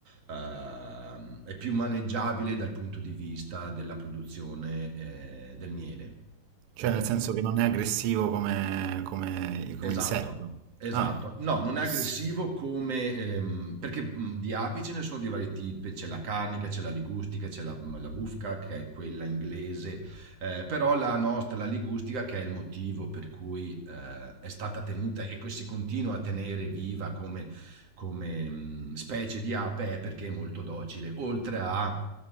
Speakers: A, on the right; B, on the right.
A: eh, è più maneggiabile dal punto di vista della produzione eh, del miele.
B: cioè
A: Eh,
B: nel senso che non è aggressivo come, come-
A: Esatto,
B: come insetto.
A: esatto.
B: Ah,
A: No, non è
B: sì.
A: aggressivo come ehm, perché mh, di api ce ne sono di vari tipi, c'è la carnica, c'è la ligustica, c'è la, mhmm, la bufca che è quella inglese, eh, però la nostra, la ligustica, che è il motivo per cui eh, è stata tenuta e che si continua a tenere viva come, come, mh, specie di ape, è perché è molto docile, oltre a...